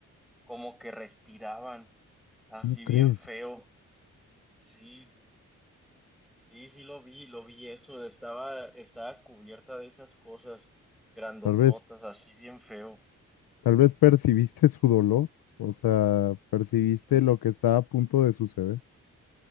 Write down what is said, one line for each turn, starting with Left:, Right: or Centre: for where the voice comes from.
Centre: como que respiraban, así
Left: ¿Cómo crees?
Centre: bien feo. Sí, sí, sí lo vi, lo vi eso, estaba, estaba cubierta de esas cosas grandototas,
Left: Tal vez,
Centre: así bien feo.
Left: tal vez percibiste su dolor. O sea, percibiste
Centre: Ujú.
Left: lo que estaba a punto de suceder.